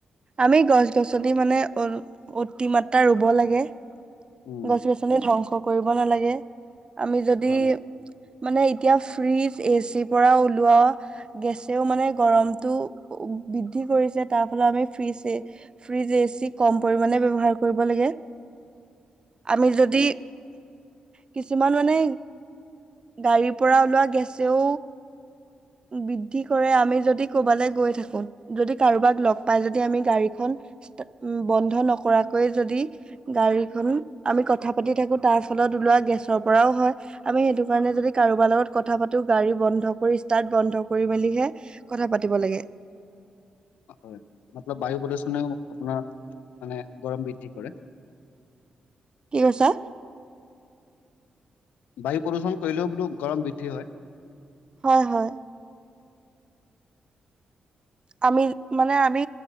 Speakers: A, on the right; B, on the left.
A: আমি গছ-গছনি মানে অতি মাত্ৰা ৰুব লাগে।
B: উম
A: গছ-গছনি ধ্বংস কৰিব নালাগে, আমি যদি
B: হয়
A: মানে এতিয়া ফ্ৰিজ, এচিৰ পৰা ওলোৱা গেছেও মানে গৰমটো বৃদ্ধি কৰিছে। তাৰ ফলত আমি ফ্ৰিজ-ফ্ৰিজ এচি কম পৰিমানে ব্যৱহাৰ কৰিব লাগে।
B: <inaudible>
A: আমি যদি, কিছুমান মানে গাড়ীৰ পৰা ওলোৱা গেছেও বৃদ্ধি কৰে। আমি যদি কৰবালৈ গৈ থাকো, যদি কাৰোবাক লগ পাই যদি আমি গা গাড়ীখন স্তা- বন্ধ নকৰাকৈয়ে যদি গাড়ীখন আমি কথা পাতি থাকো তাৰ ফলত ওলোৱা গেছৰ পৰাও হয়। আমি সেইটো কাৰণে যদি কাৰোবাৰ লগত কথা পা টো গাড়ী বন্ধ কৰি, ষ্টাৰ্ট বন্ধ কৰি মেলিহে কথা পাতিব লাগে।
B: <inaudible> হয় মতলব বায়ু প্ৰদূষণেও আপোনাৰ মানে গৰম বৃদ্ধি কৰে। <inaudible>
A: কি কৈছা?
B: বায়ু প্ৰদূষণ কৰিলেও বোলো গৰম বৃদ্ধি হয়।
A: হয় হয়। আমি মানে আমি